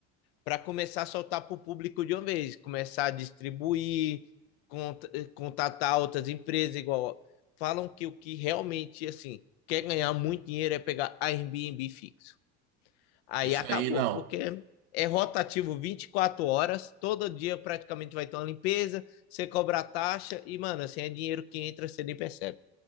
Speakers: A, on the left; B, on the right.
A: para começar a soltar para o público de uma vez, começar a distribuir, cont contatar outras empresas, igual falam que o que realmente assim quer ganhar muito dinheiro é pegar Airbnb fixo. Aí
B: Isso
A: acabou,
B: aí, não.
A: porque é rotativo 24 horas, todo dia praticamente vai ter uma limpeza, você cobra a taxa e, mano, assim é dinheiro que entra, você nem percebe.